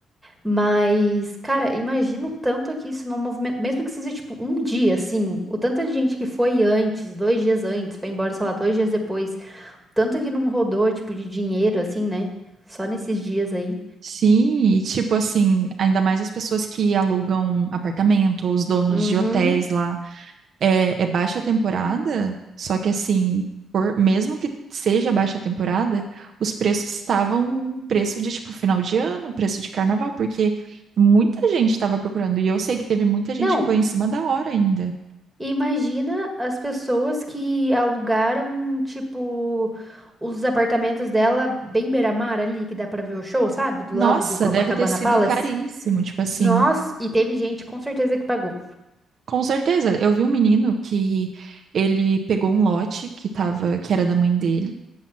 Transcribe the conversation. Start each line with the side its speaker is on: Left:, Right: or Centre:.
Centre: Mas, cara, imagina o tanto que isso não movimenta, mesmo que seja tipo um dia, assim, o tanto de gente que foi antes, dois dias antes, foi embora, sei lá, dois dias depois, tanto que não rodou, tipo, de dinheiro, assim, né? Só nesses dias aí.
Right: Sim, e tipo assim, ainda mais as pessoas que alugam apartamento ou os donos
Centre: Uhum.
Right: de hotéis lá. É, é baixa temporada, só que assim, por, mesmo que seja baixa temporada, os preços estavam preço de tipo final de ano, preço de carnaval, porque muita gente estava procurando. E eu sei que teve muita gente
Centre: Não,
Right: que foi em cima da hora ainda.
Centre: E Imagina as pessoas que alugaram, tipo, os apartamentos dela bem beira-mar ali, que dá pra ver o show, sabe? Do
Right: Nossa,
Centre: lado do Copacabana
Right: deve ter sido
Centre: Palace.
Right: caríssimo, tipo assim.
Centre: Nossa, e teve gente com certeza que pagou.
Right: Com certeza, eu vi um menino que ele pegou um lote que tava, que era da mãe dele.